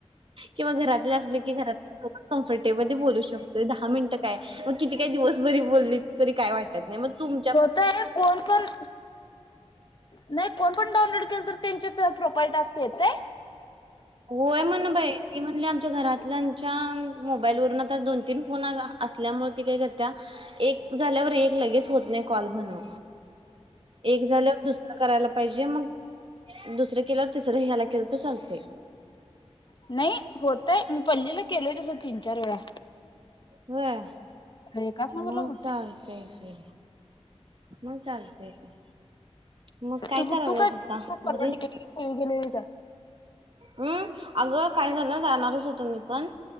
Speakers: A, on the right; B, on the left.
A: किंवा घरातले असले की घरात कम्फर्टेबली बोलू शकतोय दहा मिनिटं काय मग किती काय दिवस बरी बोलली तरी काय वाटत नाही मग तुमच्या
B: होतय कोण पण नाही कोण पण डाऊनलोड केलं तर त्यांच्यात प्रोपाईल टास्क येतये
A: होय म्हण बाई म्हणले आमच्या घरातल्याच्या मोबाईलवरून आता दोन तीन फोन असल्यामुळे ती काही कर्या एक झाल्यावर एक लगेच होत नाही कॉल म्हण एक झाल्यावर दुसर करायला पाहिजे मग दुसरं केल्यावर तिसरं ह्याला केलं तर चालतंय
B: नाही होतय मी पल्लीला केलोय तसं तीन चार वेळा
A: व्हय
B: एकाच नंबरला
A: मग
B: होतय.
A: चालतंय की मग चालतय की मग
B: तु
A: करायलास
B: तू काय
A: आता
B: परव
A: घरीच
B: टिकेली गेलेलीथ
A: हम्म अगं काय झालं जाणारच होतो मी पण